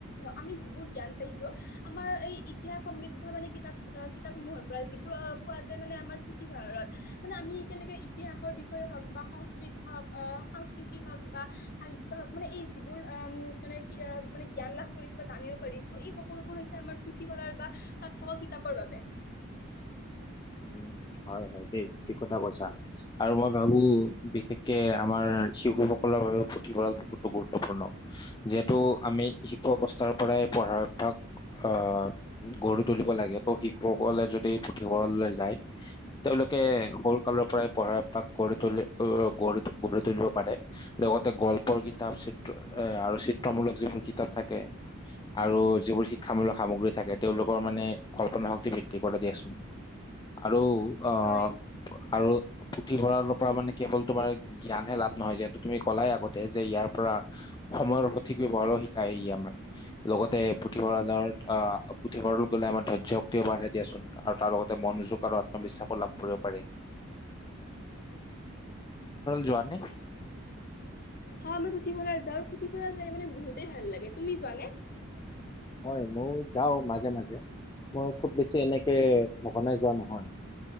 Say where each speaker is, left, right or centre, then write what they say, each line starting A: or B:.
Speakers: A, on the left (about 45°); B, on the left (about 20°).
A: আমি যিবোৰ জ্ঞান পাইছো আমাৰ এই ইতিহ সমৃদ্ধ মানে কিতাপ কিতাপসমূহৰ যিবোৰ অ 'পোৱা যায় মানে আমাৰ পুথিভঁৰত মানে আমি এতিয়ালৈকে ইতিহাসৰ বিষয়ে হওক বা সংস্কৃতি সংস্কৃতি হওক বা সাহিত্য হক মানে এই যিবোৰ উ মানে কি মানে জ্ঞান লাভ কৰিছো বা জানিব পাৰিছো এই সকলোবোৰ হৈছে আমাৰ পুথিভঁলাৰ বা তাত থকা কিতাপৰ বাবে। <inaudible>
B: উম হয় হয় দেই ঠিক কথা কৈছা। আৰু মই ভাবো বিশেষকে আমাৰ শিশশুসকলৰ বাবে পুথিভঁৰাল বহুতো গুৰুত্বপূৰ্ণ। যিহেতু আমি শিশু অৱস্থাৰ পৰাই পঢ়াৰ অভ্যাস অ, গঢ়ি তুলিব লাগে ত শিশুসকলে যদি পুতি। ৰ যায় তেওঁলোকে সৰু কালৰ পৰাই পঢ়াপাক গঢ়ি তুলি গ তুলিব পাৰে লগতে গল্পৰ কিতাপ চিত্ৰ এ আৰু চিত্ৰমূলক যিবোৰ কিতাপ থাকে। আৰু যিবোৰ শিক্ষামূলক সামগ্ৰী থাকে তেওঁলোকৰ মানে কল্পনা শক্তি বৃদ্ধি কৰা দিয়াচোন। আৰু অ'
A: হয়
B: আৰু পুথিভঁৰাল পৰা মানে কেৱল তোমাৰ জ্ঞানে লাভ নহয় যিহেতু তুমি ক'লাই আগতে যে ইয়াৰ পৰা, সময়ৰ সঠিক ব্যৱহাৰো শিকায় ই আমাৰ লগতে পুথিভঁৰালৰ, আহ পুথিভঁৰাল গ'লে আমাৰ ধৈৰ্য্য শক্তিও বাঢ়ে দিয়াচোন। আৰু লগতে মনোযোগ আৰু আত্মবিশ্বাসো লাভ কৰিব পাৰি। যোৱা নে?
A: হয় আমি পুথিভৰাল যৰ পুথিভঁৰাল যাই মানে বহুতেই ভাল লাগে তুমি যোৱানে।
B: হয় মই যাও মাজে মাজে মই খুব বেছি এনেকে
A: অ
B: সঘনাই যোৱা নহয়। হয়।